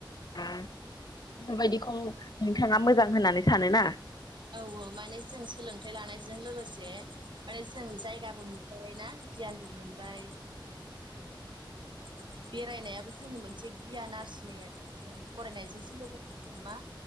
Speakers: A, on the left; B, on the right.
A: बेफोरबायदिखौ नोंथाङा मोजां होननानै सानोना
B: औ औ माने जों सोलोंथाइ लानायजों लोगोसे माने जों जायगाबो नुबाय ना गियानबो मोनबाय <unintelligible> बेरायनायाबो जोंनि मोनसे गियान आरजिनाय आरो जों फरायनायजोंसो लोगोसे जों मा